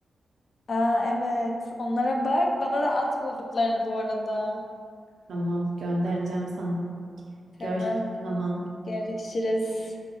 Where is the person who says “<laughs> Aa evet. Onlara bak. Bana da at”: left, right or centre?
Left